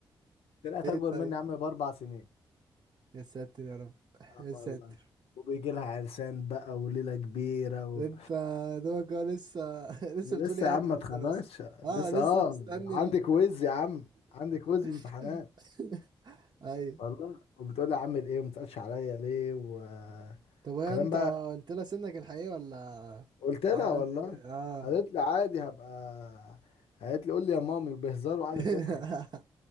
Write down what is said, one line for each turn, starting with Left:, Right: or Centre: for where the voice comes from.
Left: طلعت
Right: ايه
Left: اكبر
Right: طيب
Left: مني يا عم باربع سنين
Right: يا ساتر يا رب
Left: اه
Right: يا ساتر
Left: والله وبيجي لها عرسان بقى وليله كبيره و...
Right: انت دوبك هو لسه <laughs> لسه
Left: لسه
Right: بتقول يا
Left: يا عم
Right: هادي
Left: ما
Right: في
Left: اتخرجتش
Right: الدراسة اه
Left: لسه
Right: لسه
Left: اه
Right: مستني
Left: عندك
Right: ال...
Left: ويز يا عم عندك ويز وامتحانات
Right: <laughs> ايوه
Left: والله وبتقول لي عامل ايه وما تسالش عليا ليه وكلام
Right: طب هي انت
Left: بقى
Right: قلت لها سنك الحقيقي ولا
Left: قلت لها
Right: عملت
Left: والله
Right: اه
Left: قالت لي عادي هبقى قالت لي قول لي يا مامي بهزار وقعدت
Right: <laughs>
Left: تضحك